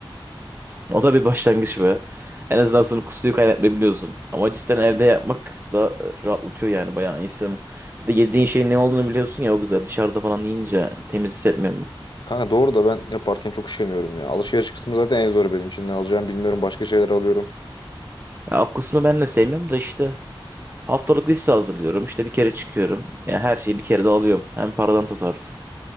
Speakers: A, on the right; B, on the left.
A: O da bir başlangıç be. En azından sonra kusuyu kaynatmayabiliyorsun. Ama cidden evde yapmak da e, rahatlatıyor yani bayağı insanı. Bir de yediğin şeyin ne olduğunu biliyorsun ya o güzel. Dışarıda falan yiyince temiz hissetmiyorum.
B: Kanka doğru da ben yaparken çok üşeniyorum ya. Alışveriş kısmı zaten en zoru benim için. Ne alacağım bilmiyorum. Başka şeyler alıyorum.
A: Ya, o kısmı ben de sevmiyorum da işte haftalık liste hazırlıyorum. İşte bir kere çıkıyorum. Ya her şeyi bir kere de alıyorum. Hem paradan tasarruf.